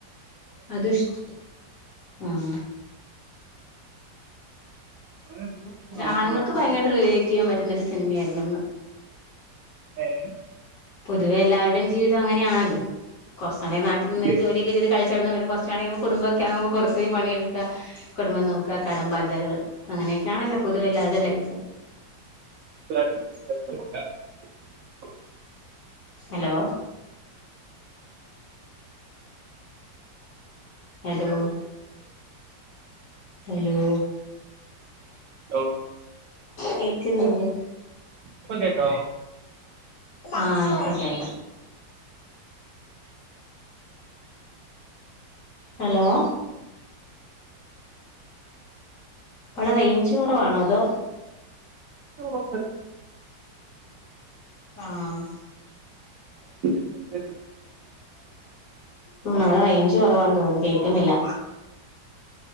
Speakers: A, on the left (about 50°); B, on the right (about 80°).
A: അതുഷ്ട ആഹ
B: അങ്ങനെ തീർന്നു. ഇപ്പൊ
A: ആണുങ്ങൾക്ക്
B: അമ്മ
A: ഭയങ്കരയിട്ട് റിലേറ്റ് ചെയ്യാൻ പറ്റുന്ന ഒരു സിനിമയായിരുന്നു അത്
B: ആഹ
A: പൊതുവെ എല്ലാവരുടെയും ജീവിതം അങ്ങനെയാണല്ലോ കുറച്ചാണെങ്ക നാിൽ നിന്ന്
B: ഏ,
A: ജോലിയൊക്കെ ചെയ്ത് കളിച് ചടന്ന് പിന്നെ കുറചാൾ കഴുമ്പോ കുടുംബ ഒക്കെ ആവുമ്പോ പുറത്തേ പണിയെടുക്ക കുടുംബം നോക്കാ പിന്നെ കടം ബാധ്യതകള് അങ്ങനെ അങ്ങനൊക്കാണല്ലോ പതുവെല്ലാവരുടെ ലൈഫും
B: <unintelligible>
A: ഹലോ ഹലോ ഹലോ
B: ഹലോ
A: കേക്കുന്നില്ലേ
B: പ്പോ കേൾകാവൊ
A: ആഹ്പ്പൊക്കെക ഹലോ അവടേ റേഞ്ച് കൊറവാണോ അതോ
B: ഹലോ
A: ആഹ
B: പിന്നെ
A: മ്മ് അവ്ടെ റേഞ്ച് കൊറവാതൊന്നുന്നു കേക്ന്നില്ല